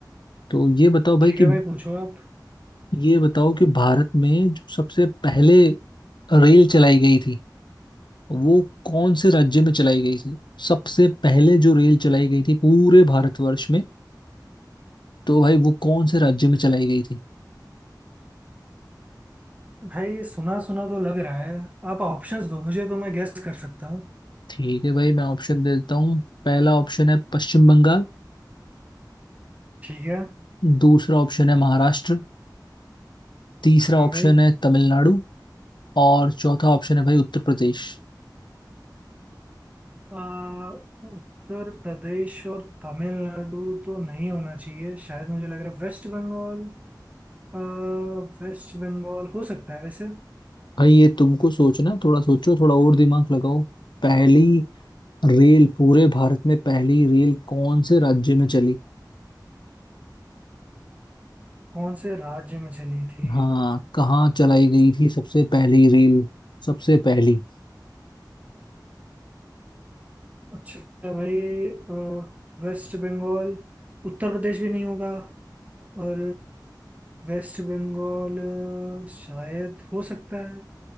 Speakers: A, on the left; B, on the right.
A: तो ये बताओ भाई
B: ठीक है
A: कि
B: भाई पूछो आप
A: ये बताओ कि भारत में जो सबसे पहले रेल चलाई गई थी वो कौन से राज्य में चलाई गई थी सबसे पहले जो रेल चलाई गई थी पूरे भारतवर्ष में तो भाई वो कौन से राज्य में चलाई गई थी
B: भाई सुना सुना तो लग रहा है आप ऑप्शंस दो मुझे तो मैं गेस कर सकता हूँ
A: ठीक है भाई मैं ऑप्शन दे देता हूँ पहला ऑप्शन है पश्चिम बंगाल
B: ठीक है
A: दूसरा ऑप्शन है महाराष्ट्र तीसरा
B: हाँ
A: ऑप्शन
B: भाई
A: है तमिलनाडु और चौथा ऑप्शन है भाई उत्तर प्रदेश
B: आ, उत्तर प्रदेश और तमिलनाडु तो नहीं होना चाहिए शायद मुझे लग रहा है वेस्ट बंगाल आ, वेस्ट बंगाल हो सकता है वैसे
A: भाई ये तुमको सोचना है, थोड़ा सोचो थोड़ा और दिमाग लगाओ पहली रेल पूरे भारत में पहली रेल कौन से राज्य में चली
B: कौन से राज्य में चली थी
A: हाँ कहाँ चलाई गई थी सबसे पहली रील सबसे पहली
B: अच्छा भाई अ, वेस्ट बंगाल उत्तर प्रदेश भी नहीं होगा और वेस्ट बंगाल अ, शायद हो सकता है